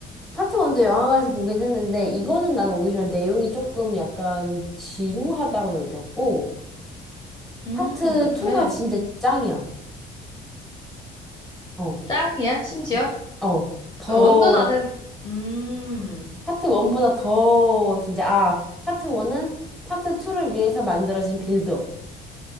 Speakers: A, in the centre; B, on the left (about 25°).
A: 파트 1도 영화관에서 보긴 했는데 이거는 나는 오히려 내용이 조금 약간 지루하다고 느꼈고
B: 음,
A: 파트
B: 그래.
A: 2가 진짜 짱이야. 어.
B: 짱이야, 심지어?
A: 음. 어. 더
B: 원도 나는, 음,
A: 파트 1보다 더 진짜 아, 파트 1은 파트 2를 위해서 만들어진 빌드업.